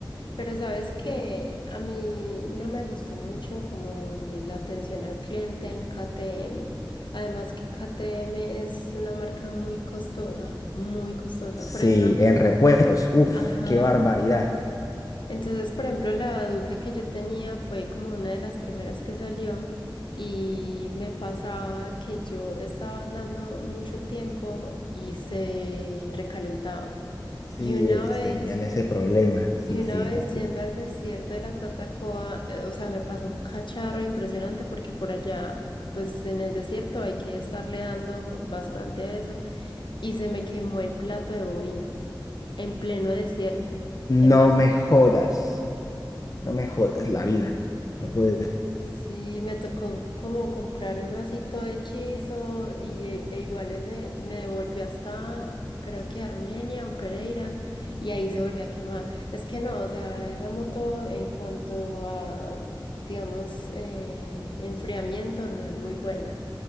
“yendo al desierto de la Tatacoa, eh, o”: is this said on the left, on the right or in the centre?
Left